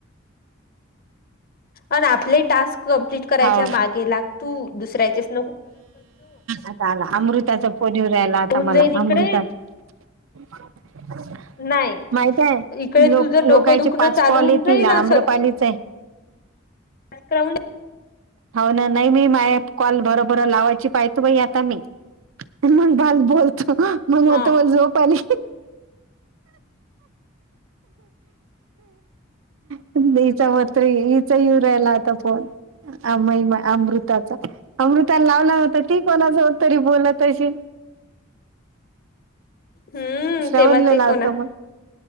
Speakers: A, on the left; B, on the right.
A: अन आपले टास्क कंप्लीट करायच्या
B: हाव
A: मागे लाग तू. दुसऱ्याचे -
B: आता आला. अमृताचा फोन येऊ राह्यला आता
A: होऊन
B: मला.
A: जाईन इकडे
B: अमृता. ह
A: नाही
B: माहिताय?
A: इकडे
B: लोक,
A: तुझं डोकं
B: लोकांचे
A: दुखणं
B: पाच
A: चालू
B: कॉल
A: होऊन
B: येतील.
A: जाईल आणि
B: आम्रपालीचा एक.
A: काय म?
B: हो ना, नाही मी माय कॉल भरभर लावायची पाहिते बाई आता मी. मग भल बोलतो. मग म्हणतो
A: हा
B: मला झोप आली. <unintelligible> हिचा येऊ राहिला आता फोन. अमई माऽ अमृताचा. अमृताला लावला होता. ती कोणाजवळ तरी बोलत असेल.
A: हम्म
B: श्रवणले
A: तेव्हा ते
B: लावतो
A: कोणासोबत
B: मग.